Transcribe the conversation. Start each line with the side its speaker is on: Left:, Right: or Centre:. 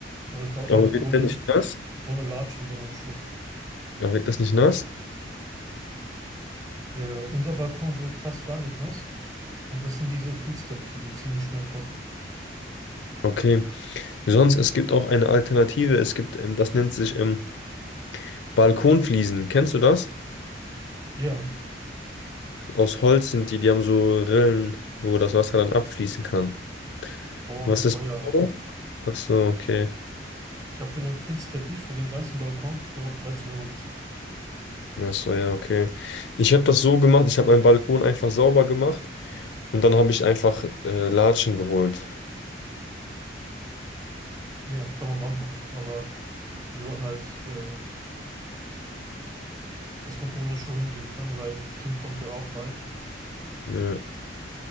Right: Also, das Balkon,
Left: Aber
Right: also
Left: wird
Right: ohne,
Left: der nicht nass?
Right: ohne Latschen oder ohne Schuhe.
Left: Aber wird das nicht nass?
Right: Ja, unser Balkon wird fast gar nicht nass. Und das sind diese Filzteppiche, die ziemlich schnell trocknen.
Left: Okay. Sonst, es gibt auch eine Alternative. Es gibt, ähm, das nennt sich ähm, Balkonfliesen. Kennst du das?
Right: Ja,
Left: Aus Holz sind die, die haben so Rillen, wo das Wasser dann abfließen kann.
Right: voll
Left: Was
Right: teuer,
Left: ist mit sowas?
Right: aber.
Left: Ach so, okay.
Right: Ich habe für den Filzteppich, für den ganzen Balkon, ich glaube, dreizehn Euro bezahlt.
Left: Ach so, ja, okay. Ich habe das so gemacht, ich habe meinen Balkon einfach sauber gemacht und dann habe ich einfach äh, Latschen geholt.
Right: Ja, kann man auch machen. Aber wir wollten halt, äh, dass man ohne Schuhe hingehen kann, weil Kind kommt ja auch bald.
Left: Ja.